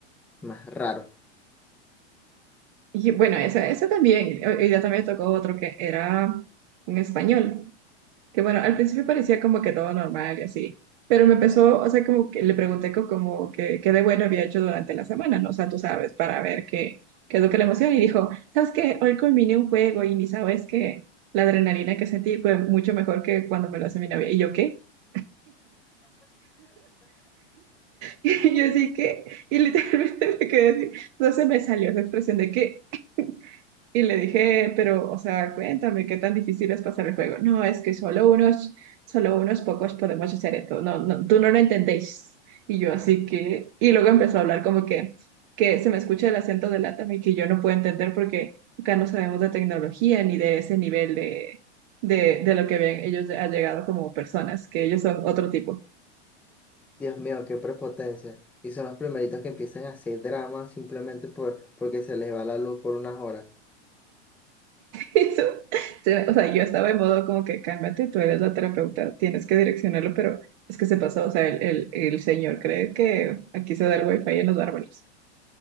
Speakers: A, in the centre; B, on the right.
A: más raros.
B: Y bueno, ese, ese también, hoy hoy día también tocó otro que era un español, que bueno, al principio parecía como que todo normal y así, pero me empezó, o sea, como que le pregunté co- como que qué de bueno había hecho durante la semana, ¿no? O sea, tú sabes, para ver qué, qué es lo que le emociona y dijo, ¿sabes qué? Hoy combiné un juego y ni sabes que la adrenalina que sentí fue mucho mejor que cuando me lo hace mi novia. ¿Y yo qué? <laughs> Y yo sí que, y literalmente <laughs> me quedé así, no se me salió esa expresión de qué. Y le dije, pero, o sea, cuéntame qué tan difícil es pasar el juego. No, es que solo unos, solo unos pocos podemos hacer esto. No, no, tú no lo entendéis. Y yo así que, y luego empezó a hablar como que, que se me escucha el acento de Latam y que yo no puedo entender porque acá no sabemos de tecnología ni de ese nivel de, de, de lo que ven ellos ha llegado como personas, que ellos son otro tipo.
A: Dios mío, qué prepotencia. Y son los primeritos que empiezan a hacer drama simplemente por, porque se les va la luz por unas horas.
B: Eso, se- o sea, yo estaba en modo como que cálmate, tú eres la terapeuta, tienes que direccionarlo, pero es que se pasó, o sea, el, el, el señor cree que aquí se da el wifi en los árboles,